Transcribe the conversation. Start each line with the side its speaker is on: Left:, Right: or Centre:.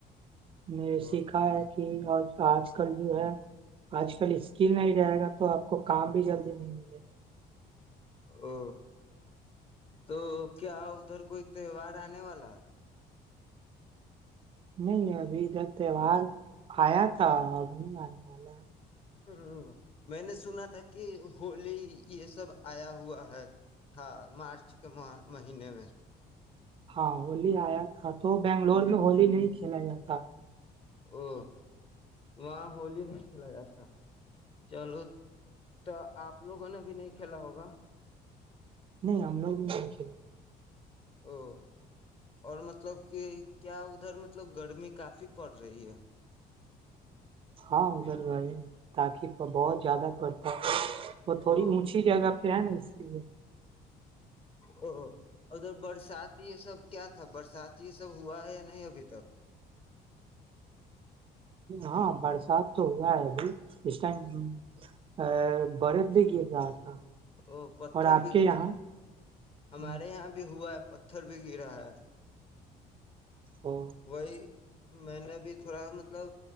Right: میں
Left: او
Right: سیکھا ہے کہ اور آج کل جو ہے آج کل اسکل نہیں رہے گا تو آپ کو کام بھی جلدی نہیں ملے گا
Left: او تو کیا ادھر کوئی تہوار آنے والا
Right: نہیں ابھی تے و آیا تھا م آ ملا
Left: ہ میں نے سنا تھا کہ ہولی یہ سب آیا ہوا ہے تھا مارچ کے مہینے میں
Right: ہاں ہولی آیا تھا تو بنگلور میں ہولی نہیں کھیلا جاتا
Left: او وہاں ہولی نہیں کھیلا جاتا چلو تو آپ لوگوں نے بھی نہیں کھیلا ہوگا
Right: نہیں آنا ب کھیے <unintelligible>
Left: او <unintelligible> اور مطلب کہ کیا ادھر مطلب گرمی کافی پڑ رہی ہے
Right: ہاں <inaudible> ھر تاکہ بہت زیادہ بتاک وہ تھوڑی
Left: او
Right: اونچی جگہ پہ ہے نا اس لیے
Left: او ادھر برسات یہ سب کیا تھا برسات یہ سب ہوا ہے یا نہیں ابھی تک
Right: ہاں برسات تو ہوا ہے <unintelligible> اسسٹ <unintelligible> ا بڑے د گے ج تھا
Left: ا پتھر
Right: اور آپ
Left: بھی
Right: کے
Left: گرا
Right: یہاں
Left: ہمارے
Right: ہوں،
Left: یہاں بھی ہوا پتھر بھی گرا ہے
Right: او،
Left: وہی <unintelligible> میں نے بھی تھوڑا مطلب